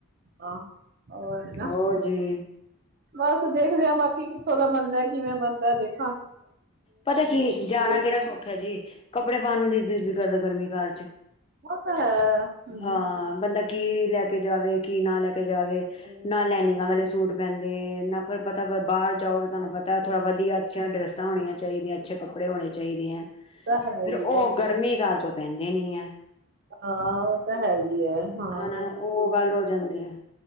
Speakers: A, on the right (about 45°); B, on the left (about 25°).
A: ਹਾਂ ਹੋਰ ਨਾ
B: ਹੋਰ ਜੀ।
A: ਬਸ ਦੇਖਦੇ ਹਾਂ ਬਾਕੀ ਕਿੱਥੋਂ ਦਾ ਬੰਦਾ ਕਿਵੇਂ ਬਣਦਾ ਦੇਖ
B: ਪਤਾ ਕੀ ਐ, ਜਾਣਾ
A: ਵੀ
B: ਕਿਹੜਾ ਸੌਖਾ ਹੈ ਜੀ, ਕੱਪੜੇ ਪਾਉਣ ਨੂੰ ਨਈ ਦਿਲ ਕਰ ਗਰਮੀ ਘਰ ਚ।
A: ਉਹ ਤਾਂ ਹੈ, ਹਾਂਜੀ
B: ਹਾਂ ਬੰਦਾ ਕੀ ਲੈ ਕੇ ਜਾਵੇ। ਕੀ ਨਾ ਲੈ ਕੇ ਜਾਵੇ,
A: ਉਹ
B: ਨਾ ਲਾ ਇਨੀਂਗਾ ਵਾਲੇ ਸੂਟ ਪਹਿੰਦੇ ਨਾ ਫਿਰ ਪਤਾ ਬਾਹਰ ਜਾਓ ਤਾਂ ਤੁਹਾਨੂੰ ਪਤਾ ਥੜਾ ਵਧੀਆ ਅਛੀਆਂ ਡਰੱਸਸ ਚਾਹੀਦੀਆਂ, ਅੱਛੇ ਕੱਪੜੇ ਹੋਣੇ ਚਾਹੀਦੇ ਹੈ,
A: ਤਾਂ ਹੈ
B: ਫੇਰ
A: ਹੀ
B: ਉਹ
A: ਹੈ
B: ਗਰਮੀ ਘਰ, ਤੋਂ ਪੈਂਦੇ ਨੀ ਹੈ,
A: ਹਾਂ ਉਹ ਤਾਂ ਹੈ ਹੀ ਹੈ, ਹਾਂ
B: ਹਨਾ ਉਹ ਗੱਲ ਹੋ ਜਾਂਦੀ ਹੈ